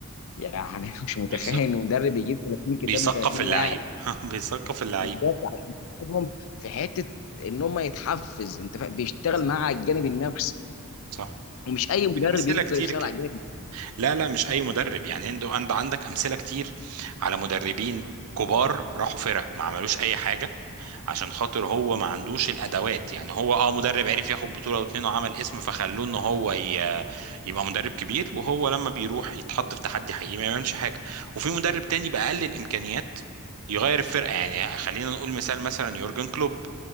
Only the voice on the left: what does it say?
يعني <laughs> أنا مش متخيل
ان مدرب يجيب 30 كتاب
ل 30
لاعب
بالظبط عشان يساعدهم في حته ان هم يتحفز انت فا- بيشتغل
مع الجانب النفسي
ومش اي مدرب
يقدر
يشتغل
على الجانب
النفسي